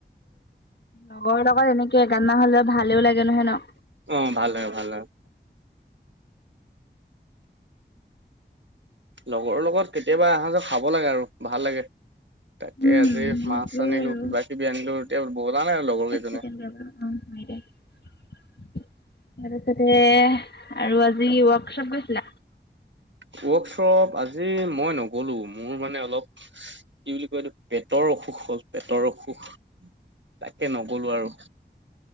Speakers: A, on the left; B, on the right.
A: লগৰ লগত এনেকে এ গান মাহাযে ভালো লাগে নহয় ন'।
B: অ', ভাল লাগে ভাল লাগে। লগৰৰ লগত কেতিয়াবা আসাঁজৰ খাব লাগে আৰু ভাল লাগে। তাকে
A: উম
B: আজি
A: সেইটোৱে
B: মাছ আনিলো
A: আৰু
B: কিবা কিবি আনিলো এতিয়া বনালে লগৰ
A: এক
B: কিজনে।
A: ছেকেণ্ড ৰবা অ',। তাৰপিছতে আৰু আজি ৱৰ্কশ্বপ গৈছিলা?
B: ৱৰ্কশ্বপ আজি মই নগ'লো মোৰ মানে অলপ কি বুলি কয় এইটো পেটৰ অসুখ হ'ল পেটৰ অসুখ তাকে নগলো আৰু।